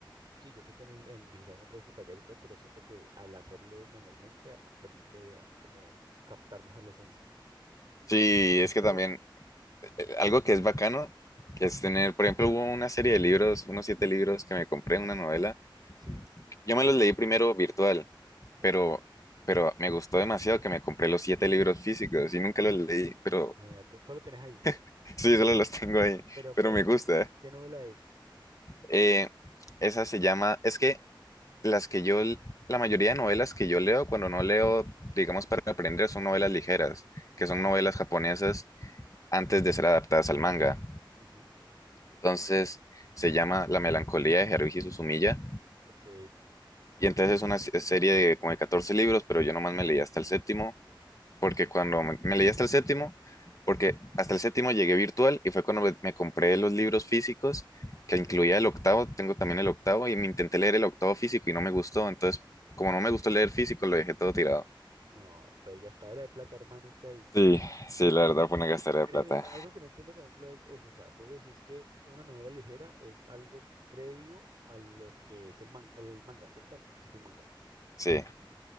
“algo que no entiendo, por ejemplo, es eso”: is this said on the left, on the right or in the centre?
Right